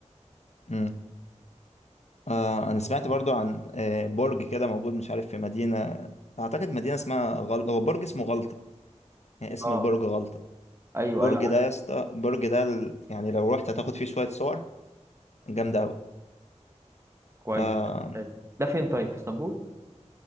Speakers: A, on the left (about 65°); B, on the right (about 20°).
A: مم. آه انا سمعت برضو عن آه برج كده موجود مش عارف في مدينه اعتقد مدينه اسمها غل... هو برج اسمه غلطه يعني اسم
B: اه
A: البرج غلطه
B: أيوه
A: برج
B: أيوه عارف
A: ده يا اسطى برج ده ال- يعني لو رحت هتاخد فيه شويه صور جامده قوي
B: كويس
A: آه
B: حلو. ده فين طيب في اسطنبول؟